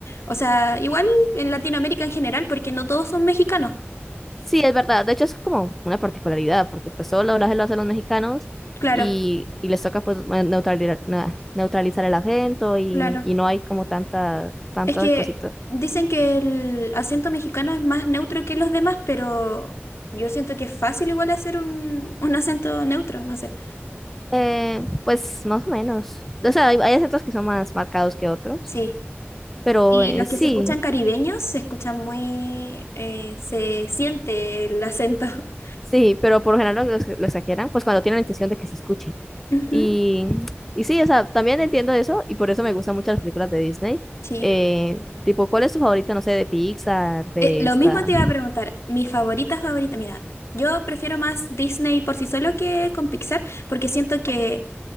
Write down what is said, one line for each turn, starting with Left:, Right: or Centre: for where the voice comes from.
Left: o sea, igual en Latinoamérica en general, porque no todos son mexicanos.
Centre: Sí, es verdad. De hecho, eso es como una particularidad, porque pues todo el doblaje lo hacen los mexicanos
Left: Claro,
Centre: y, y les toca pues neutralizar, neutralizar el acento y,
Left: claro.
Centre: y no hay como tanta, tantas
Left: Es que
Centre: cositas
Left: dicen que el acento mexicano es más neutro que los demás, pero yo siento que es fácil igual hacer un, un acento neutro, no sé.
Centre: Eh, pues más o menos. O sea, hay, hay acentos que son más marcados que otros,
Left: Sí.
Centre: pero
Left: Y
Centre: eh,
Left: los que
Centre: sí,
Left: se escuchan caribeños se escuchan muy, eh, se siente el acento. <laughs>
Centre: sí, pero por lo general lo, ex- lo exageran, pues cuando tienen la intención de que se escuche.
Left: Ujú.
Centre: Y, y sí, o sea, también entiendo eso y por eso me gustan mucho las películas de Disney.
Left: Sí.
Centre: Eh, tipo, ¿cuál es tu favorita, no sé, de Pixar, de
Left: Eh, lo
Centre: esta,
Left: mismo te iba a preguntar, mi favorita favorita, mira, yo prefiero más Disney por sí solo que con Pixar, porque siento que